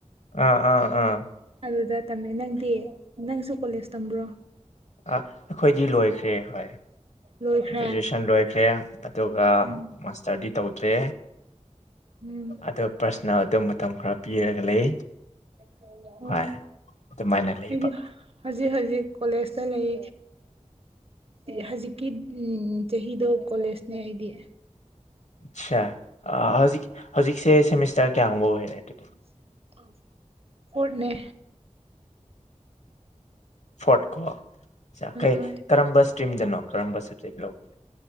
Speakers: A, on the left (about 65°); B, on the right (about 50°).
A: ꯑꯥ ꯑ ꯑꯥ
B: ꯑꯗꯨꯗ ꯇꯝꯃꯦ ꯅꯪꯗꯤ ꯅꯪꯁꯨ ꯀꯣꯂꯦꯖ ꯇꯝꯕ꯭ꯔꯣ
A: ꯑꯩꯈꯣꯏꯗꯤ ꯂꯣꯏꯈ꯭ꯔꯦ ꯍꯣꯏ
B: ꯂꯣꯏꯈ꯭ꯔꯦ
A: ꯒ꯭ꯔꯦꯖꯨꯑꯦꯁꯟ ꯂꯣꯏꯈ꯭ꯔꯦ ꯑꯗꯨꯒ
B: ꯎꯝ
A: ꯃꯥꯁꯇꯔꯗꯤ ꯇꯧꯗ꯭ꯔꯦ
B: ꯎꯝ
A: ꯑꯗꯨ ꯄꯔꯁꯅꯦꯜ ꯑꯗꯨ ꯃꯇꯝ ꯈꯔ ꯄꯤꯔꯒ ꯂꯩ
B: ꯑꯣ
A: ꯍꯥꯏ ꯑꯗꯨꯃꯥꯏꯅ ꯂꯩꯕ
B: ꯑꯩꯗꯤ ꯍꯧꯖꯤꯛ ꯍꯧꯖꯤꯛ ꯀꯣꯂꯦꯖꯇ ꯂꯩ ꯍꯧꯖꯤꯛꯀꯤ ꯆꯍꯤꯗꯣ ꯀꯣꯂꯦꯖꯅꯦ ꯑꯩꯗꯤ
A: ꯑꯆꯥ ꯑ ꯍꯧꯖꯤꯛ ꯍꯧꯖꯤꯛꯁꯦ ꯁꯦꯃꯤꯁꯇꯔ ꯀꯌꯥꯒꯨꯝꯕ ꯑꯣꯏꯔꯦ
B: <unintelligible>
A: ꯑꯗꯨ
B: ꯐꯣꯠꯅꯦ
A: ꯐꯣꯔꯠ ꯀꯣ ꯀꯩ
B: ꯍꯣꯏ
A: ꯀꯔꯝꯕ ꯏꯁꯇ꯭ꯔꯤꯝꯗꯅꯣ ꯀꯔꯝꯕ ꯂꯧꯒꯦ